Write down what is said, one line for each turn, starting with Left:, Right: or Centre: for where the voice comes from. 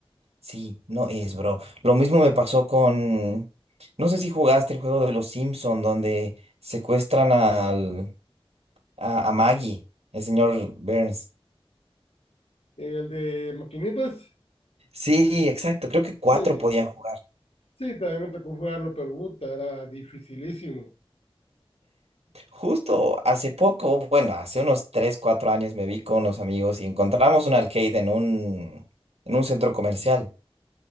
Right: Sí, no es, bro. Lo mismo me pasó con, no sé si jugaste el juego de los Simpson donde secuestran al, a, a Maggie, el señor Burns.
Left: El de maquinitas,
Right: Sí, exacto, creo que cuatro
Left: sí.
Right: podían jugar.
Left: Sí, también me tocó jugarlo, pero puta, era dificilísimo.
Right: Justo hace poco, bueno, hace unos tres, cuatro años me vi con unos amigos y encontramos un arcade en un, en un centro comercial